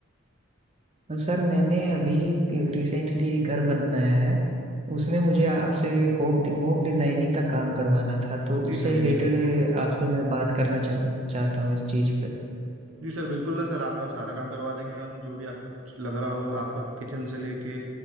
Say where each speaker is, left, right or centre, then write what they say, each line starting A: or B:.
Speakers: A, on the right (about 30°); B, on the right (about 70°).
A: सर मैंने अभी रिसेंटली एक घर बनाया है उसमें मुझे आपसे होम होम डिजाइनिंग का काम करवाना था तो
B: जी
A: उससे
B: सर
A: रिलेटेड
B: जी सर
A: आपसे मैं बात करना चाह, चाहता हूँ इस चीज़ पे
B: जी सर बिल्कुल ना सर आपका सारा काम करवा देंगे हम जो भी आपको कुछ लग रहा हो आपका किचन से लेके